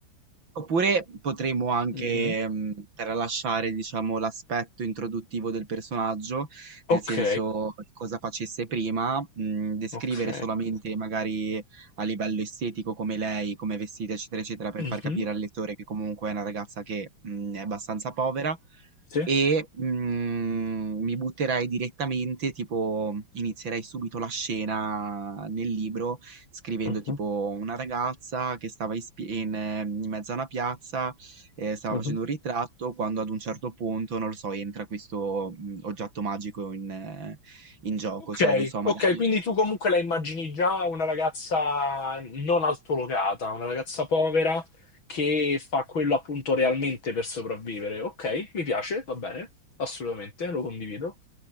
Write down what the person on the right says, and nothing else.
Oppure potremmo anche
mh, tralasciare, diciamo, l'aspetto introduttivo del personaggio, nel
senso cosa facesse prima, mh, descrivere
solamente magari a livello estetico come lei, come è vestita, eccetera, eccetera, per
far capire al lettore che comunque è una ragazza che mh, è abbastanza povera.
E mh, mi butterei direttamente, tipo, inizierei subito la scena nel libro scrivendo
tipo una ragazza che stava in, spi- in, eh, in mezzo a una piazza, eh, stava
facendo un ritratto, quando ad un certo punto, non lo so, entra questo mh, oggetto magico in, eh, in gioco,
cioè non so, magari...